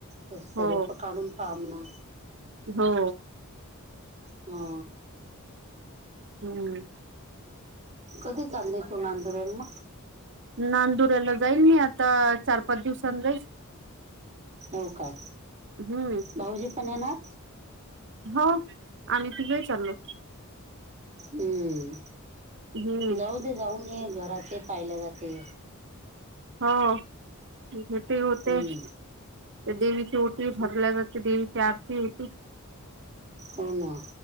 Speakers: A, on the right (about 30°); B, on the right (about 55°).
A: हे सरेप
B: हो
A: काढून पा ना.
B: हो.
A: हा.
B: हम्म.
A: कधी चाली तू नांदुरेल म? <inaudible>
B: नांदुराला जाईल मी आता चार पाच दिवसांनी जाईल
A: हो का
B: हम्म
A: भाऊजी पण येणार?
B: हो आम्ही तिघे चाललो
A: हम्म.
B: हम्म
A: जाऊ दे जाऊन ये घराात पाहिला जाते.
B: हो भेट होतेचतर
A: हम्म
B: देवी, छोटी भरलंग क देवीची आरती होती.
A: हो ना